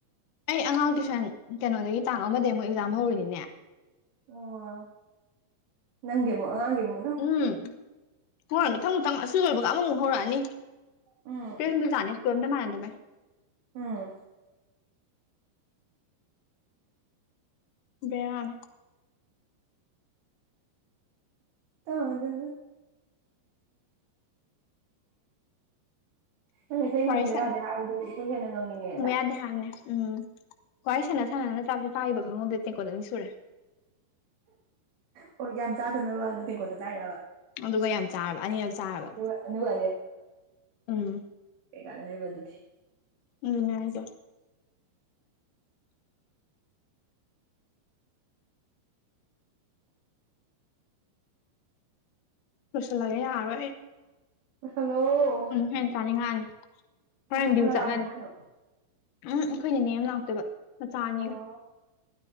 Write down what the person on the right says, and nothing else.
ꯑꯣ ꯅꯪꯦ ꯃ ꯅꯦ ꯃ
ꯎꯝ
ꯎꯝ
ꯇꯥꯗ ꯅꯪ ꯏꯁꯩ
ꯉꯪꯕ ꯌꯥꯗꯦ ꯍꯥꯏꯕꯗꯨꯗꯤ ꯏꯁꯩ ꯍꯦꯟꯅ ꯉꯪꯅꯤꯡꯉꯦꯗ
ꯍ ꯌꯥꯝ ꯆꯥꯗꯅꯕ ꯅ ꯇꯦꯡꯀꯣꯠꯇ ꯆꯥꯏꯔꯕ
ꯑꯗꯨꯒ ꯑꯗꯨꯒ
ꯀꯩꯀꯥꯟꯦꯅꯃꯤꯕꯗꯨ ꯊꯤ
ꯍꯜꯂꯣ
ꯀꯅꯥ
ꯂꯥꯛꯀꯅꯤ ꯍꯥꯏꯅꯣ
ꯑꯣ